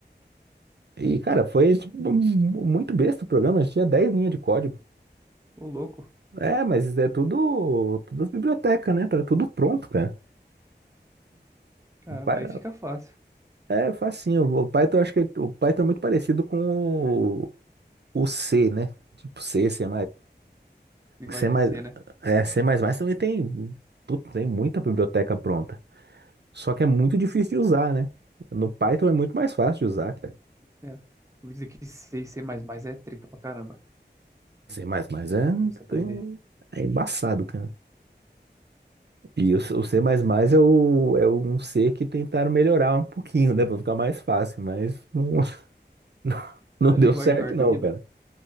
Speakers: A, on the right; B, on the right.
A: E, cara, foi tipo, mu- muito besta o programa, a gente tinha 10 linhas de código.
B: Ô, louco.
A: É, mas é tudo, tudo as bibliotecas, né? Tá tudo pronto, cara.
B: Caramba,
A: O Py-
B: aí fica fácil.
A: É é facinho. O Python, acho que o Python é muito parecido com o, o C, né? Tipo C, C++.
B: Linguagem
A: C++,
B: C, né?
A: é, C++ também tem, puta, tem muita biblioteca pronta. Só que é muito difícil de usar, né? No Python é muito mais fácil de usar, cara.
B: É. Vou dizer que C e C++ é treta pra caramba.
A: C++ é,
B: Pra você aprender.
A: tem- é embaçado, cara. E o, C- o C++ é, o, é um C que tentaram melhorar um pouquinho, né? Pra ficar mais fácil, mas não, <laughs> não, não
B: A
A: deu
B: linguagem
A: certo
B: do Arduino.
A: não, cara.